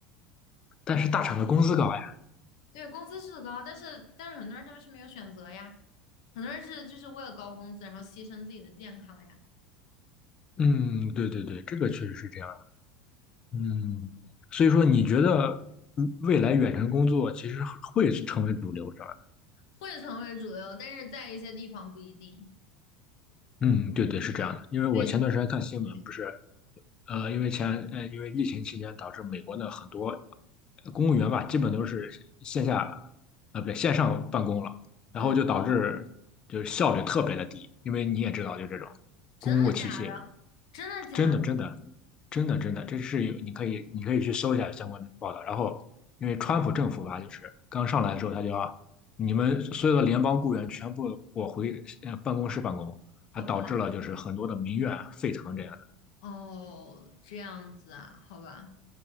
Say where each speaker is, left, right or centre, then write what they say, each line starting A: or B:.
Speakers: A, on the left; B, on the left.
A: 但是大厂的工资高呀。
B: 对，工资是高，但是但是很多人他们是没有选择呀。很多人是就是为了高工资，然后牺牲自己的健康呀，
A: 嗯，对对对，这个确实是这样的。嗯，所以说你觉得嗯未来远程工作其实会成为主流，是吧？
B: 会成为主流，但是在一些地方不一定。
A: 嗯，对对，是这样的。因为我前段时间看新闻，
B: 对对，
A: 不是，呃，因为前，呃，因为疫情期间导致美国的很多公务员吧，基本都是线下，呃，不对，线上办公了，
B: 嗯。
A: 然后就导致就是效率特别的低，因为你也知道，就这种
B: 真的假的？
A: 公务体系。
B: 真的假的？
A: 真的，真的，真的，真的，这是有，你可以，你可以去搜一下相关的报道。然后，因为川普政府吧，就是刚上来的时候，他就要你们所有的联邦雇员全部我回呃办公室办公，
B: 好吧，
A: 还导致了就是很多的民怨啊沸腾这样的。
B: 哦，这样子啊，好吧，